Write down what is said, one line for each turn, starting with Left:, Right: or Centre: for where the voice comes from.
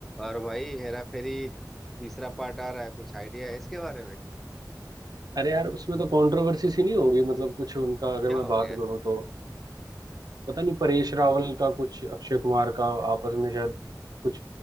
Centre: और भाई हेरा फेरी तीसरा पार्ट आ रहा है कुछ आइडिया है इसके बारे में
Right: अरे यार उसमें तो कंट्रोवर्सी सी नहीं होगी मतलब कुछ उनका अगर
Centre: क्या
Right: मैं
Centre: हो
Right: बात
Centre: गया
Right: करूं तो पता नहीं परेश रावल का कुछ अक्षय कुमार का आपस में शायद कुछ